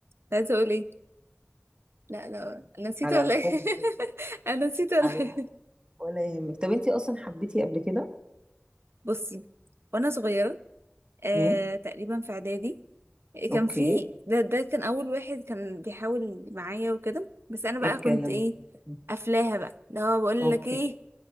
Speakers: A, on the right (about 65°); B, on the right (about 20°).
A: كنت عايزه اقول ايه لا لا انا نسيت
B: على
A: ولا
B: الحب
A: ايه <laughs> انا نسيت ولا
B: وعلى
A: ايه
B: ولا يهمك طب انتي اصلا حبيتي قبل كده
A: بصي وانا صغيره آه،
B: امم
A: تقريبا في اعدادي
B: اوكي
A: كان في ده ده كان اول واحد كان بيحاول معايا وكده بس انا بقى
B: ايه الكلام
A: كنت ايه
B: ده؟
A: قافلاها بقى اللي هو بقول
B: اوكي
A: لك ايه